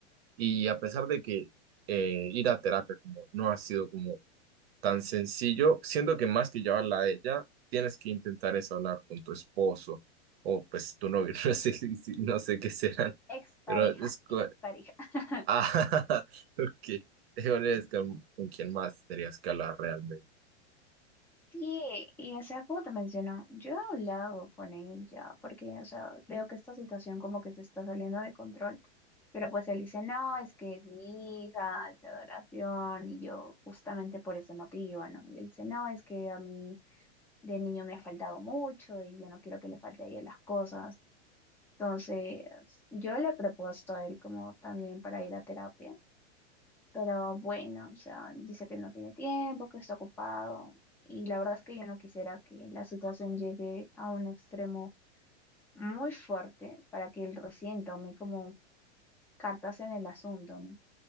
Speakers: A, on the right (about 60°); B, in the centre.
A: Y a pesar de que eh, ir a terapia como no ha sido como tan sencillo, siento que más que llevarla a ella, tienes que intentar es hablar con tu esposo o pues tu novio, <laughs> no sé, si- si- no sé qué serán,
B: Expareja,
A: pero es con...
B: expareja. <laughs>
A: Ah, <laughs> ok, es con, con quién más tendrías que hablar realmente.
B: Sí, y o sea, como te menciono, yo he hablado con él ya, porque, o sea, veo que esta situación como que se está saliendo de control, pero pues él dice, no, es que es mi hija, es mi adoración, y yo justamente por ese motivo, ¿no? Y él dice, no, es que a mí de niño me ha faltado mucho y yo no quiero que le falte a ella las cosas. Entonces, yo le he propuesto a él como también para ir a terapia. Pero bueno, o sea, dice que no tiene tiempo, que está ocupado. Y la verdad es que yo no quisiera que la situación llegue a un extremo muy fuerte para que él recién tome como cartas en el asunto, ¿no?